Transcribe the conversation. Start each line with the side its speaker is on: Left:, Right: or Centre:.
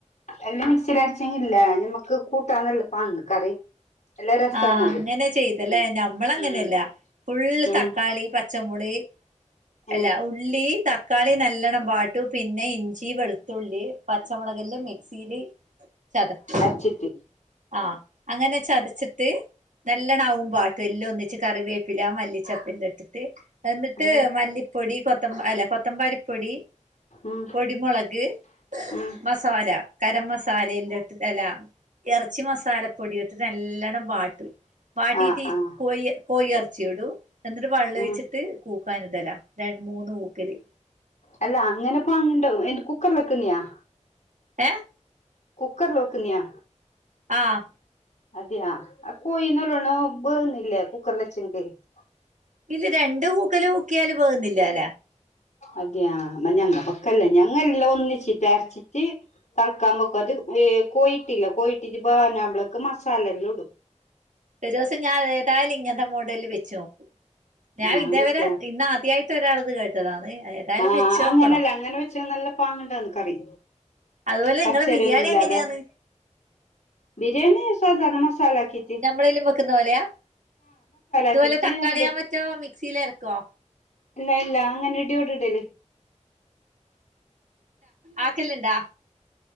Left: എല്ലാം മിക്സിൽ അരചങ്കിൽ ഇല്ലേ നമ്മക്ക് കൂട്ടാന്ന് എളുപ്പാങ്ങ് കറി നല്ല രസാണത്
Right: ആഹ് അങ്ങനെ ചെയ്തല്ലേ
Left: ഉം
Right: ഞമ്മള് അങ്ങനെയല്ല
Left: ഉം
Right: ഫുള്ള്
Left: ഉം
Right: തക്കാളി പ പച്ചമുളി അല്ല
Left: ഉം
Right: ഉള്ളി ത തക്കാളി നല്ലണം വാട്ടും പിന്നെ ഇഞ്ചി വെളുത്തുള്ളി പച്ചമുളകില് മിക്സിയില് ചതക്കും
Left: ച്ചിട്ട്
Right: ആഹ് അങ്ങനെ ചതച്ചിട്ട് നേല്ലാണം ആകും വാട്ടും എല്ല ഒന്നിച്ച് കറി വേപ്പില മല്ലിച്ചപ്പിട്ട് എന്നിട്ട്
Left: ഉം
Right: മല്ലിപ്പൊടി കൊത്ത അല്ല കൊത്തമ്പാലിപ്പൊടി
Left: ഉം
Right: പൊടിമുളക്
Left: ഉം
Right: മസാല കരം മസാലെന്റെ എല ഇറച്ചി മസാലപ്പൊടി ഇട്ടിട്ട് നല്ലണ്ണം വാട്ടും വട്ടീട്ട്
Left: ആഹ് ആഹ്
Right: കോയി കോയി ഇറച്ചി ഇടും എന്നിട്ട് വള്ളം
Left: ഉം
Right: ഒഴിച് കൂക്കൻ ഇടലാ രണ്ട മൂന്ന് കൂക്കല്
Left: അല്ല അങ്ങനെ പാങ്ങണ്ടാ ല്ലാ കുക്കറിലെക്കുന്നെയാ
Right: ഏഹ്
Left: കുക്കർ ലോക്കുന്നിയാ
Right: ആഹ്
Left: അതെയെ കോയിന്നല്ലോണ്ണം വേബ്ന്നില്ലേ കുക്കറിൽ വെച്ച <unintelligible>
Right: ഇൽരണ്ട് കൂക്കല് കൂക്കിയാല് വേകുന്നില്ല അല്ലെ
Left: അതെയെ ഇന്നാ ഞങ്ങക്കെല്ലെ ഞങ്ങല്ലാം ഒന്നിച്ചിട്ട് അരച്ചിട്ട് തിളക്കാൻ വെക്കും അത് കോയി ഇട്ടില്ല കോയിട്ടി വ ഞ്ഞമ്മളക്ക് മസാലെല്ലാം ഇടും
Right: ഒരു ദിവസം ഞാൻ ഏതാലും ഇങ്ങനത്തെ മോഡല് വെച്ചോ നോക്കും ഞാൻ
Left: ആഹ്
Right: ഇന്നേ
Left: വെക്ക
Right: വരെ ഇന്ന ആദ്യായിട്ട് ഒരാളിത് കേട്ടതാണ് ഏതായാലും
Left: ആഹ്
Right: വെച്ച് നോക്കണം
Left: അങ്ങനെയല്ല അങ്ങനെ വെച്ച നല്ല പാങ്ങണ്ടാന്ന് കറി
Right: അതുപോലെ
Left: കച്ചറയൊന്നും
Right: നിങ്ങളെ ബിരിയാണി
Left: ഇല്ലാതെ
Right: എങ്ങനെയാന്ന്
Left: ബിരിയാണി സാധാരണ മസാലാകിറ്റ്
Right: <unintelligible> വെക്കുന്ന പോലെയ ഇതുപോലെ
Left: ആക്കിട്ട്
Right: തക്കാളിയാ
Left: അയിന്റെ
Right: മറ്റോ മിക്സിയില് അരക്കോ
Left: ഇല്ല ഇല്ല അങ്ങനെ ഇടിയോട് ഇടല്
Right: ആക്കെല്ലുണ്ടാ